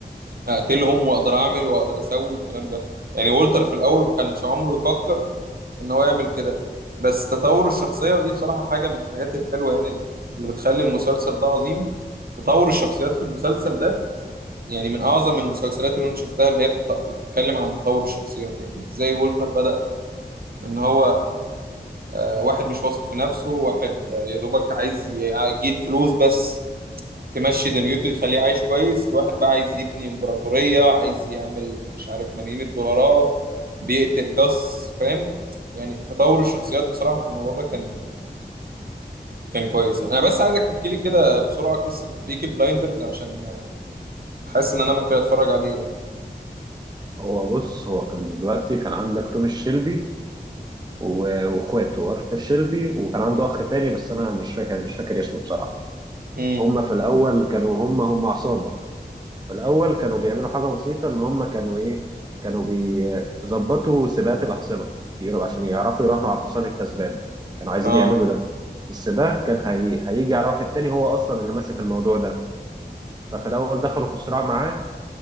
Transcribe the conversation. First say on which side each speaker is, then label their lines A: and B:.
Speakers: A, on the right; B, on the right.
A: اقتلهم واقدر اعمل واقدر اسوي والكلام ده يعني وولتر في الاول ما كانش عمره يفكر ان هو يعمل كده بس تطور الشخصية ودي بصراحة حاجة من الحاجات الحلوة يعني اللي بتخلي المسلسل ده عظيم تطور الشخصيات في المسلسل ده يعني من اعظم المسلسلات اللي انا شفتها اللي هي بتط- بتتكلم عن تطور الشخصيات يعني ازاي وولتر بدأ من ان هو آه، واحد مش واثق في نفسه واحد آه، يا دوبك عايز ي- يجيب فلوس بس تمشي دنيته يخليه عايش كويس لواحد بقى عايز يبني امبراطورية عايز يعمل مش عارف ملايين الدولارات بيقتل جاس فاهم يعني تطور الشخصيات بصراحة في الموضوع ده كان كان كويس يعني انا بس عايزك تحكي لي كده بسرعة قصة بيكي بلايندرز عشان حاسس ان انا ممكن اتفرج عليه يعني
B: هو بص هو كان دلوقتي كان عندك توماس شيلبي و- واخواته ارثر شيلبي وكان عنده اخ تاني بس انا مش فاكر مش فاكر اسمه بصراحه
A: امم
B: هم في الاول كانوا هم هم عصابه في الأول كانوا بيعملوا حاجة بسيطة إن هم كانوا إيه كانوا بيظبطوا سباقات الأحصنة بيقولوا عشان يعرفوا يراهنوا على الحصان الكسبان كانوا عايزين
A: اه
B: يعملوا ده بس ده كان هي... هيجي على واحد تاني هو أصلا اللي ماسك الموضوع ده ففي الأول دخلوا في صراع معاه